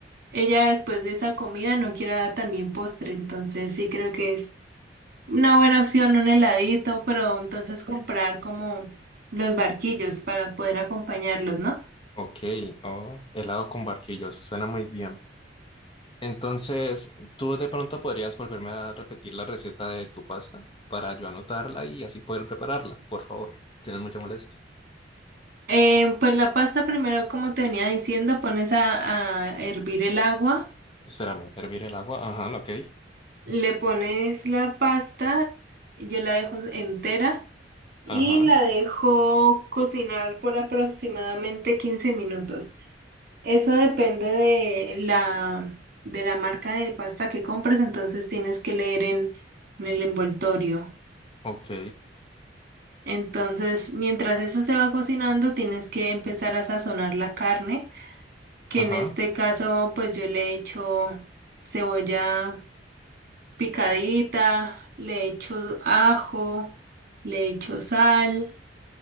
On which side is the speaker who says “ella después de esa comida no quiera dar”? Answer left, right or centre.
Right